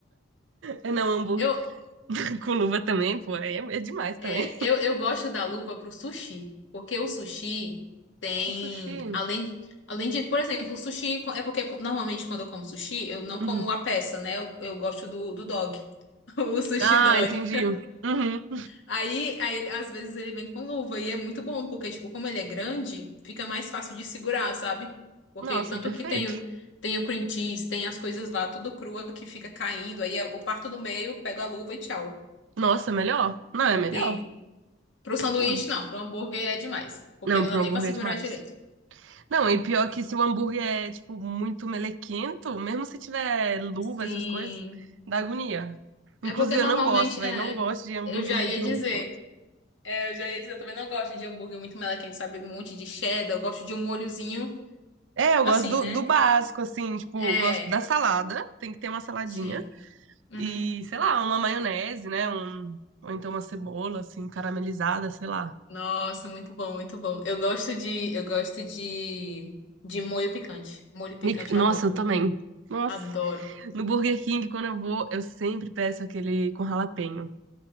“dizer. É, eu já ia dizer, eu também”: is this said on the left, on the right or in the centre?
Left